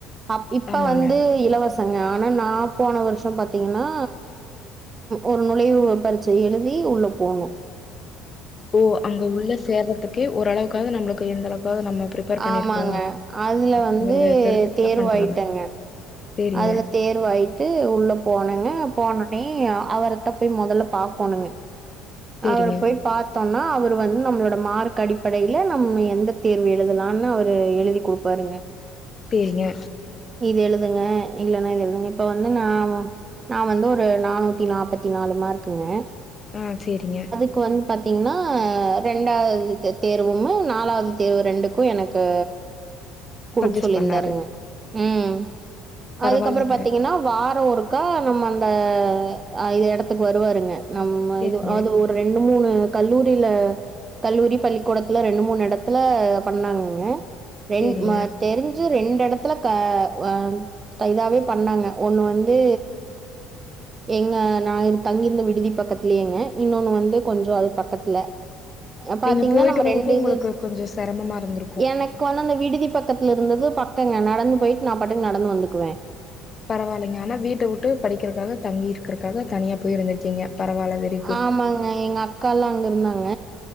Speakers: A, on the right; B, on the left.
A: அப் இப்ப
B: ஆமாங்க
A: வந்து இலவசங்க ஆனா நா போன வருஷோ பாத்தீங்கன்னா ஒரு நுழைவு பரிட்ச எழுதி உள்ள போணு
B: ஓ அங்க உள்ள சேர்றதுக்கே ஓரளவுக்காவது நம்மளுக்கு எந்த அளவுக்காவது நம்ம ப்ரிப் பிரிபேர் பண்ணிருக்கோ
A: ஆமாங்க அதுல
B: அப்டிங்கறத
A: வந்து
B: தெரிஞ்சுட்டுதா
A: தேர்வாயிட்டங்க
B: பண்றாங்க சரிங்க,
A: அதுல தேர்வாயிட்டு உள்ள போணங்க போனோனே அவர தா போய் மொதல்ல பாக்கணுங்க
B: சரிங்க,
A: அவர போய் பா தோம்னா அவர் வந்து நம்மளோட மார்க் அடிப்படையில நம்ம எந்த தேர்வு எழுதலாம்னு அவரு எழுதி கொடு ப்பாருங்க
B: சேரிங்க
A: இது எழுதுங்க இல்லன்னா இது எழுதுங்க இப்ப வந்து நா நா வந்து ஒரு நானூத்தி நாப்பத்தி நாலு மார்க்குங்க
B: ம் சேரிங்க
A: க்கு வந்து பாத்தீங்கன்னா ரெண்டாவது தே தேர்வும்மு நாலாவது தேர்வு ரெண்டுக்கு எனக் கு குடுக்க
B: சஜெஸ்ட்
A: சொல்லிருந்தாருங்க
B: பண்ணாரு.
A: ம்
B: பரவாயில்லங்க.
A: அதுக்கப்றோ பாத்தீங்கன்னா வாரோ ஒரு க்கா நம்ம அந்த இது இடத்துக்கு வருவாருங்க நம்ம
B: சரிங்க,
A: இது அது ஒரு ரெண்டு மூணு கல்லூரில கல்லூரி பள்ளிக்கூடத்துல ரெண்டு மூணு எடத்துல பண்ணாங்கங்க ரெண்
B: சரிங்க.
A: ம தெரிஞ்சு ரெண்டு எடத்துல க அ இதாவே பண்ணாங்க ஒண்ணு வந்து எங்க நா தங்கியிருந்த விடுதி பக்கத்துலயேங்க இன்னொன்னு வந்து கொஞ்சோ அது பக்கத்துல பாத்தீங்கன்னா
B: நீங்க போயிட்டு
A: நம்ம
B: வரக்கும்
A: ரெண்டு
B: உங்களுக்கு
A: இது
B: கொஞ்சம் சிரமமா இருந்திருக்கும்.
A: எனக் கொழந்த விடுதி பக்கத்துல இருந்தது பக்கங்க நடந்து போயிட்டு நா பாட்டுக்கு நடந்து வந்துக்குவே
B: பரவால்லைங்க ஆனா வீட்ட உட்டு படிக்கிறக்காக தங்கி இருக்கறக்காக தனியா போய் இருந்திருக்கீங்க பரவால்ல வெரி குட்.
A: ஆமாங்க எங்க அக்காலா அங்க இருந்தாங்க